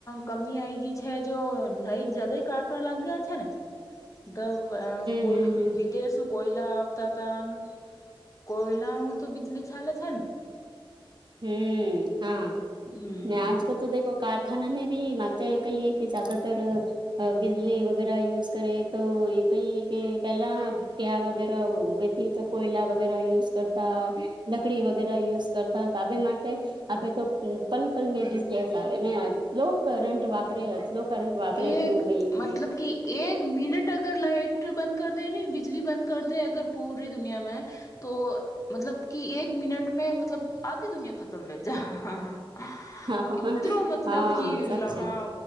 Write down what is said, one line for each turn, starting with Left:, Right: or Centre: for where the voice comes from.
Left: કમી આય ગઈ છે, જો લાઇટ જલે કાટ લાગ્યા છે ને ત કોઈ
Right: હમ હમ
Left: વિદેશ કોયલા આવતા હતા કોયલાઓ તો બિજલી છેાલે છેને.
Right: હમ હા
Left: હમ
Right: મે આજકાલ તો દખ કારખાના મે ભી માત કહીએ કે જદાતર બિજલી વગેરે યુઝ કરે તો એ કઈ કે પેલા ભટિયા વગેરે ઉગે તો કોયલા વગેરા યુઝ કરતા લકડી વગેરે યુઝ કરતા તાબે માટે આે તો પલપલ ને બીજલી હસ આવે ને કરટ વાપરે લો કરંટ વાપરે
Left: એક
Right: કેવું ભાઈ
Left: મતલબ કે એક મિનટ અગર લાઇટ બંધ કર દે નને બિજલી બંધ કર દે અગર પૂરી દુનિયામા તો મતલબ કે એક મિનટ મે મતલબ આધી દુનિયા ખતમ થ જ હા હા
Right: હા
Left: એતરો મતલબ
Right: હા
Left: કે
Right: સાચે
Left: લહા